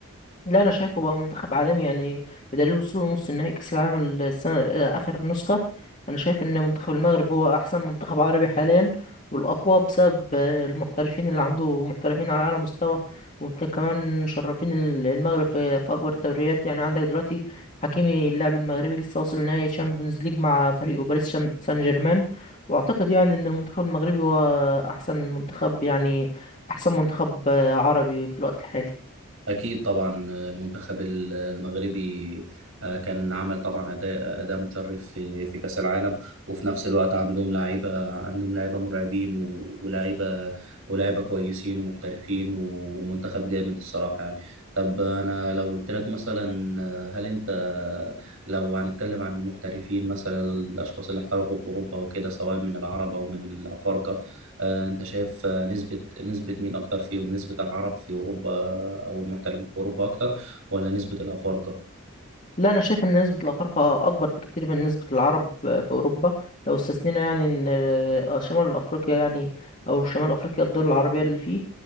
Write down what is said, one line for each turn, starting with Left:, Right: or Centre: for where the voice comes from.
Left: لا انا شايفه بقى منتخب عالمي يعني بدليل وصوله نص نهائي كاس العالم السنه آه، اخر نسخه انا شايف ان منتخب المغرب هو احسن منتخب عربي حاليا والاقوى بسبب آه، المحترفين اللي عنده محترفين على اعلى مستوى وكمان مشرفين ال- المغرب في في اكبر الدوريات يعني عندك دلوقتي حكيمي اللاعب المغربي لسه واصل نهائي تشامبيونز ليج مع فريقه باريس شان- سان جيرمان واعتقد يعني ان المنتخب المغربي هو احسن منتخب يعني احسن منتخب آه، عربي في الوقت الحالي
Right: أكيد طبعا المنتخب المغربي آه، كان عمل طبعا أداء أداء مشرف في في كأس العالم وفي نفس الوقت عندهم لعيبة عندهم لعيبة مرعبين و- ولاعيبة ولاعيبة كويسين ومحترفين و- ومنتخب جامد الصراحة يعني طب أنا لو قلت لك مثلا آه، هل أنت لو هنتكلم عن المحترفين مثلا الأشخاص اللي احترفوا في أوروبا وكده سواء من العرب أو من الأفارقة آه، انت شايف آه، نسبة نسبة مين اكتر فيهم نسبة العرب في اوروبا او المحترفين في اوروبا اكتر ولا نسبة الافارقة
Left: لا انا شايف ان نسبة الافارقة اكبر بكتير من نسبة العرب ف- في اوروبا لو استثنينا يعني ان آه، شمال افريقيا يعني او شمال افريقيا الدول العربية اللي فيه